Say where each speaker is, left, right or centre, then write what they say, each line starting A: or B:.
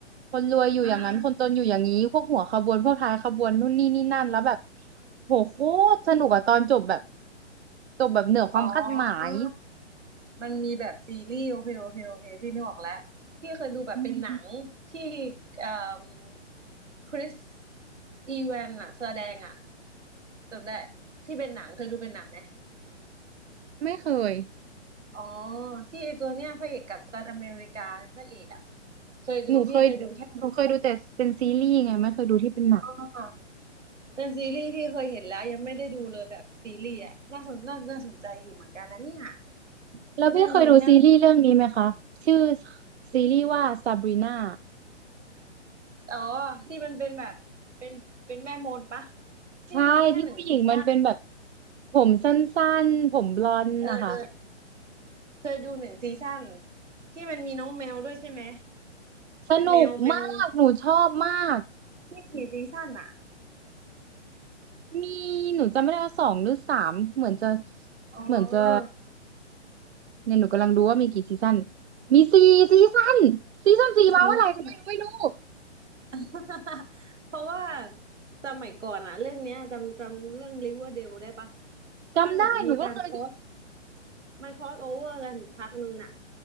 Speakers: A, on the right; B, on the right.
A: คนรวยอยู่อย่างนั้น
B: อ่า
A: คนจนอยู่อย่างนี้ พวกหัวขบวนพวกท้ายขบวนนู่นนี่นี่นั่นแล้วแบบโหโคตรสนุกอะตอนจบแบบจบแบบเหนือความคาดหมาย
B: อ๋อมันมีแบบซีรีส์โอเคโอเคโอเคพี่นึกออกแล้วพี่เคยดูแบบเป็นหนังที่
A: อืม
B: เอ่มคริสอีแวนอะแสดงอะจำได้ที่เป็นหนังเคยดูเป็นหนังไหม
A: ไม่เคย
B: อ๋อที่ไอตัวเนี้ยพระเอกกัปตันอเมริกาเป็นพระเอกอะเคยดูพี่เคยดูแค่
A: หนูเคยหนูเคยดูแต่เป็นซีรีส์ไงไม่เคยดูที่เป็นหนัง
B: อ๋อเป็นซีรีส์พี่เคยเห็นแล้วยังไม่ได้ดูเลยแบบซีรีส์อะน่าสนน่าน่าสนใจอยู่เหมือนกันนะเนี่ย
A: แล้วพี่เคยดูซีรีส์เรื่องนี้ไหมคะชื่อ
B: เรื่องนี้น่า
A: ซีรีส์ว่าซาบรีนา
B: อ๋อที่มันเป็นแบบเป็นเป็นแม่มดปะที่ดูแค่หนึ่งซีซั่น
A: ใช่ที่ผู้หญิงมันเป็นแบบผมสั้นๆผมบลอนด์นะคะ
B: เออเออเคยดูหนึ่งซีซั่นที่มันมีน้องแมวด้วยใช่ไหม
A: สนุกมากหนูชอบมาก
B: แมวแมวไม่กี่ซีซั่นอ่ะ
A: มีหนูจำไม่ได้ว่าสองหรือสามเหมือนจะ
B: อ๋อ
A: เหมือนจะเนี่ยหนูกำลังดูว่ามีกี่ซีซั่นมีสี่ซีซั่นซีซั่นสี่มาเมื่อไหร่ก็ไม่รู้ไม่รู้
B: ซีซั่นอะ <laughs> เพราะว่าสมัยก่อนอ่ะเรื่องเนี้ยจำจำเรื่อง Riverdale ได้ปะ
A: จำได้หนูก็เคยดู
B: มันเหมือนมีการคอส มันค r อสโอเวอร์กันอยู่พักหนึ่งน่ะ